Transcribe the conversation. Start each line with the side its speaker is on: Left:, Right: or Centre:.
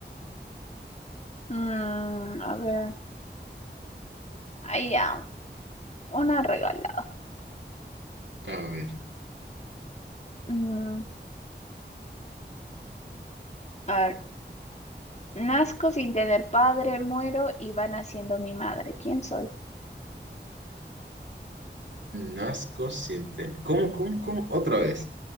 Left: Mm, a ver. Ahí ya. Una regalada.
Right: A ver,
Left: Mm, a ver. Nazco sin tener padre, muero y va naciendo mi madre. ¿Quién soy?
Right: nazco sin tener... ¿Cómo, cómo, cómo? Otra vez.